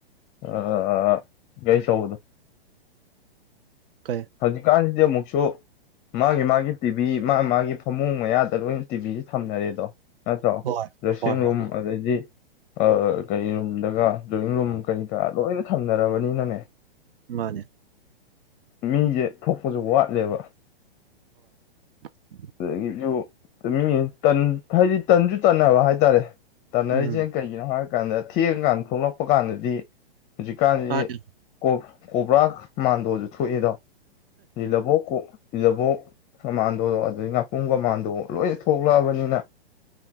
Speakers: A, on the left (about 25°); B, on the right (about 70°).
A: ꯑꯑꯑꯑ ꯒꯥꯔꯤ ꯑꯆꯧꯕꯗꯣ
B: ꯀꯩ
A: ꯍꯧꯖꯤꯛ ꯀꯥꯟꯁꯤꯗꯤ ꯑꯃꯨꯛꯁꯨ ꯑꯣ ꯃꯥꯒꯤ ꯃꯥꯒꯤ ꯇꯤꯝ ꯃꯤ ꯃꯥ ꯃꯥꯒꯤ ꯐꯃꯨꯡ ꯃꯌꯥꯗ ꯂꯣꯏꯅ ꯇꯤꯚꯤꯖꯦ ꯊꯝꯅꯔꯦꯗꯣ ꯅꯠꯇ꯭ꯔꯣ
B: ꯍꯣꯏ
A: ꯗ꯭ꯔꯦꯁꯤꯡ
B: ꯍꯣꯏ ꯍꯣꯏ
A: ꯔꯨꯝ ꯑꯗꯩꯗꯤ ꯑ ꯀꯩ ꯔꯨꯝꯗꯒ ꯗ꯭ꯔꯣꯌꯤꯡ ꯔꯨꯝ ꯀꯔꯤ ꯀꯔꯥ ꯂꯣꯏꯅ ꯊꯝꯅꯔꯕꯅꯤꯅꯅꯦ
B: ꯃꯥꯅꯦ
A: ꯃꯤꯁꯦ ꯊꯣꯛꯄꯁꯨ ꯋꯥꯠꯂꯦꯕ
B: <inaudible>
A: ꯑꯗꯒꯤꯖꯨ ꯃꯤ ꯇꯟ ꯍꯥꯏꯗꯤ ꯇꯟꯁꯨ ꯇꯟꯅꯕ ꯍꯥꯏꯇꯥꯔꯦ ꯇꯥꯟꯅꯔꯤꯁꯦ
B: ꯎꯝ
A: ꯀꯩꯒꯤꯅꯣ ꯍꯥꯏ ꯀꯥꯟꯗ ꯊꯦꯡꯉꯥ ꯀꯥꯟꯗ ꯊꯣꯛꯂꯛꯄ ꯀꯥꯟꯗꯗꯤ ꯍꯧꯖꯤꯀꯥꯟ ꯁꯤꯗꯤ
B: ꯃꯥꯅꯦ
A: ꯀꯣ ꯀꯣꯕ꯭ꯔꯥ ꯃꯥꯟꯗꯣꯁꯨ ꯊꯣꯛꯏꯗꯣ ꯢꯂꯥꯚꯣ ꯀꯣ ꯁꯤꯗꯕꯨ ꯁꯃꯥꯟꯗꯣ ꯑ ꯑꯗꯩ ꯉꯥꯄꯨꯡ ꯀꯥꯃꯥꯟꯗꯣ ꯂꯣꯏ ꯊꯣꯛꯂꯛꯑꯕꯅꯤꯅ